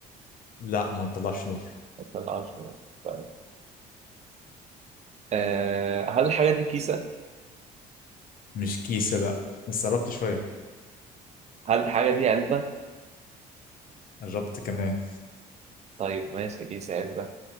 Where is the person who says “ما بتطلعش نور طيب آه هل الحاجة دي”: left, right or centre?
Right